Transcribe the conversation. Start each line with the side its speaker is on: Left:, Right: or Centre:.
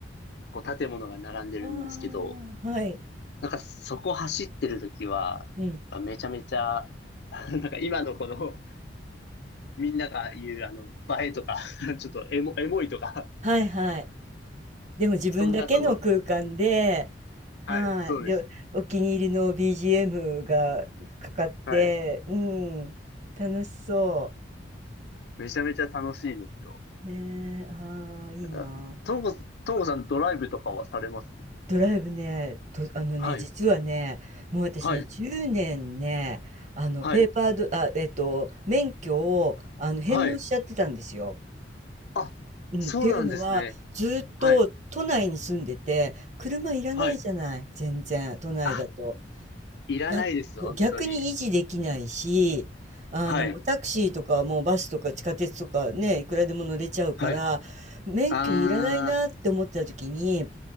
Left: こう建物が並んでるんですけど、
Right: ああ、はい。
Left: なんかそこ走ってる時は、
Right: うん、
Left: なんかめちゃめちゃ、<laughs> なんか今のこの、みんなが言うあの、映えとか、<laughs> ちょっとエモ、エモいとか、
Right: はいはい。でも自分だけの空間で、
Left: そんなその、
Right: はい。
Left: はい、そうです。
Right: で、お気に入りの BGM がかかって、
Left: はい。
Right: うん、楽しそ
Left: めちゃめちゃ楽しいですよ。
Right: う。ねえ、ああ、いいな。
Left: あともこ、ともこさんドライブとかはされます
Right: ドライブね、と、あのね、
Left: はい、
Right: 実はね、もう私ね、
Left: はい、
Right: 10年ねんね、あの、
Left: はい、
Right: ペーパード、あ、えっと、免許を、あの、返納しちゃってたんですよ。
Left: はい。あ、
Right: うん、
Left: そうなんですね。
Right: っていうのは、ずっと都内に住んでて、
Left: はい、
Right: 車いらないじゃない、
Left: はい。
Right: 全然、都内だと。
Left: あ、いらないです、
Right: や、そう、
Left: 本当に。
Right: 逆に維持できないし、あの、
Left: はい、
Right: もうタクシーとかもうバスとか地下鉄とかね、いくらでも乗れちゃうから、
Left: はい。
Right: 免許いらないなって思ってた時に、
Left: あ